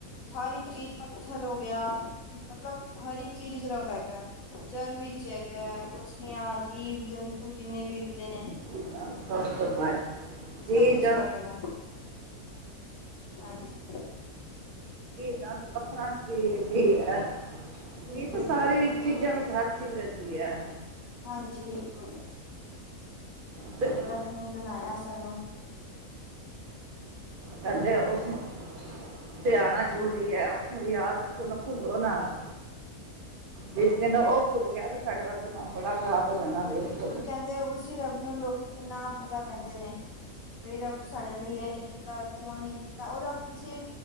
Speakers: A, on the left; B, on the right.
A: ਹਰ ਇੱਕ ਚੀਜ਼ ਪੱਥਰ ਹੋ ਗਿਆ ਮਤਲਬ ਹਰ ਇਕ ਚੀਜ਼ ਵਿੱਚ ਰੱਬ ਹੈਗਾ ਜਲ ਵਿਚ ਹੈਗਾ, ਮੱਛਲੀਆਂ ਜੀਵ ਜੰਤੂ ਜਿੰਨੇ ਵੀ ਵਿੱਖਦੇ ਨੇ
B: <unintelligible> <unintelligible> ਪਾਣਾ ਤੇ-
A: ਸਭ ਵਿੱਚ
B: <unintelligible>
A: ਰੱਬ ਹੈਗਾ ਹਾਂਜੀ
B: ਚੰਦ ਪੱਥਰਾਂ 'ਚ ਵੀ ਜੀ ਹੈ।
A: ਬਿਲਕੁਲ
B: ਜੀ ਤਾਂ ਸਾਰੀ
A: ਬਿਲਕੁਲ
B: ਚੀਜ਼ਾਂ ਵਿੱਚ ਹਰ ਚੀਜ਼ ਵਿੱਚ ਈ ਐ।
A: ਹਾਂਜੀ ਬਿਲਕੁਲ-
B: <unintelligible>
A: ਰੱਬ ਨੇ ਬਣਾਇਆ ਸਾਨੂੰ
B: ਕਹਿੰਦੇ ਉਸਨੂੰ ਧਿਆਨਾ
A: ਹਾਂਜੀ
B: ਜ਼ਰੂਰੀ ਐ। ਯਾਦ ਰੱਖੋ ਓਹਨੂੰ ਭੁਲੋ ਨਾ- ਜਿਸ ਦਿਨ ਉਹ ਭੁੱਲ ਗਿਆ ਤੇ ਸਾਡੇ ਵਾਸਤੇ ਕੰਮ ਬੜਾ ਖ਼ਰਾਬ ਹੋ ਜਾਣਾ ਵੇਖੋ
A: ਕਹਿਦੇ ਉਸੀ ਰੱਬ ਨੂੰ ਲੋਕੀ ਕਿੰਨਾ ਬੁਰਾ ਕਹਿਦੇ ਨੇ- ਵੀ ਰੱਬ ਤੂੰ ਸਾਡੇ ਲਈ ਏ ਨੀ ਕੀਤਾ ਤੂੰ ਓ ਨੀ ਕੀਤਾ ਔਰ ਰੱਬ ਕਿਸੇ